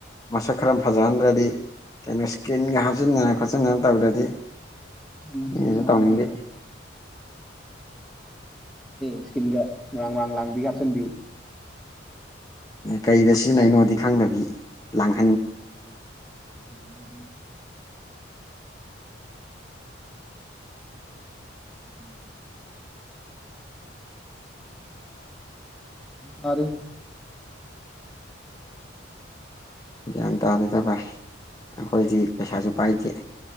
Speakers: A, on the left; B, in the centre.
A: ꯃꯁꯛ ꯈꯔ ꯐꯖꯍꯟꯗ꯭ꯔꯗꯤ ꯀꯩꯅꯣ ꯏꯁꯀꯤ꯭ꯟꯒ ꯍꯥꯞꯆꯤꯟꯟꯅꯅ ꯈꯣꯠꯆꯤꯟꯅꯅ ꯇꯧꯗ꯭ꯔꯗꯤ
B: ꯎꯝ
A: ꯑꯩꯅꯁꯨ
B: ꯃꯨꯉꯗꯦꯕ
A: ꯇꯧꯅꯤꯡꯗꯦ
B: ꯏꯁꯀꯤꯒ ꯃꯔꯥꯡ ꯃꯔꯥꯡ ꯂꯥꯡꯕꯤ ꯀꯥꯞꯆꯕꯤ
A: ꯀꯩꯗ ꯁꯤꯖꯤꯟꯅꯩꯅꯣꯗꯤ ꯈꯪꯗꯕꯤ ꯂꯥꯡ
B: ꯎ ꯎ ꯎꯝ ꯎꯝ ꯎꯝ ꯁꯥꯔꯦ
A: ꯒ꯭ꯌꯥꯟ ꯇꯥꯗꯣꯏꯗ ꯚꯥꯏ ꯑꯩꯈꯣꯏꯗꯤ ꯄꯩꯁꯥꯁꯨ ꯄꯥꯏꯗꯦ